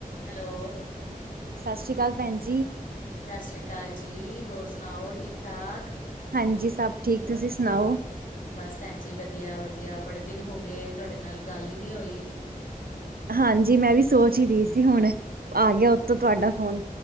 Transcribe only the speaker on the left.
ਹੈਲੋ।
'ਸਤਿ ਸ਼੍ਰੀ ਅਕਾਲ ਜੀ' ਹੋਰ ਸੁਣਾਓ! ਠੀਕ ਠਾਕ।
ਬਸ ਭੈਣ ਜੀ ਵਧੀਆ, ਵਧੀਆ ਬੜੇ ਦਿਨ ਹੋ ਗਏ, ਤੁਹਾਡੇ ਨਾਲ ਗੱਲ ਹੀ ਨੀ ਹੋਈ।